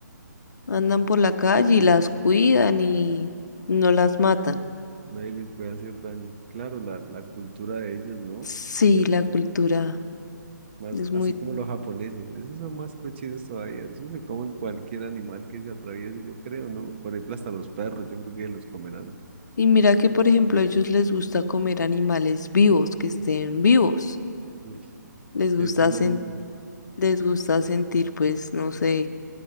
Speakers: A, on the left (about 65°); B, on the right (about 35°).
A: andan por la calle y las cuidan y no las matan.
B: Nadie les puede hacer daño. Claro, la, la cultura de ellos, ¿no?
A: Sí,
B: Se
A: la cultura
B: Más,
A: es muy...
B: así como los japoneses, esos son más cochinos todavía, esos se comen cualquier animal que se atraviese, yo creo, ¿no? Por ejemplo, hasta los perros, yo creo que los comerán,
A: Y mira que, por ejemplo, a ellos les gusta comer animales vivos, que estén vivos.
B: Uy,
A: Les
B: que
A: gusta,
B: estén moviendo.
A: sen- les gusta sentir, pues, no sé